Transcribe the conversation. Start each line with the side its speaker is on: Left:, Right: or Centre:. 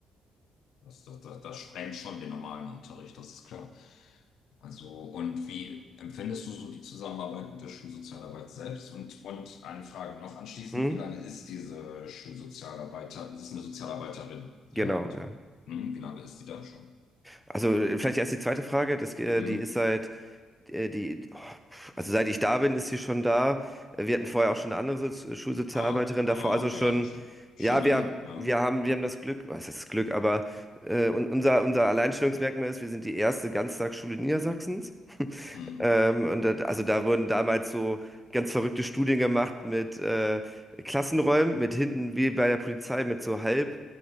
Left: Das, das, das, das sprengt schon den normalen Unterricht, das ist klar. Also, und wie empfindest du so die Zusammenarbeit mit der Schulsozialarbeit selbst? Und, und eine Frage noch anschließend,
Centre: Hm?
Left: wie lange ist diese Schulsozialarbeiter, es ist eine Sozialarbeiterin,
Centre: Genau,
Left: die ihr habt?
Centre: ja.
Left: Hm, wie lange ist die da schon?
Centre: Also äh, vielleicht erst die zweite Frage, das, äh,
Left: Hm?
Centre: die ist seit, äh, die, oh, pf, also seit ich da bin, ist sie schon da. Äh, Wir hatten vorher auch schon eine andere Sozi- Schulsozialarbeiterin
Left: Ah, ah,
Centre: davor, also
Left: okay,
Centre: schon,
Left: also schon, schon
Centre: ja,
Left: länger,
Centre: wir,
Left: ja.
Centre: wir haben, wir haben das Glück, was heißt das Glück, aber äh, un- unser, unser Alleinstellungsmerkmal ist, wir sind die erste Ganztagsschule Niedersachsens.
Left: Hm,
Centre: Ähm, und das- also da wurden damals so ganz verrückte Studien gemacht mit äh, Klassenräumen, mit hinten wie bei der Polizei mit so halb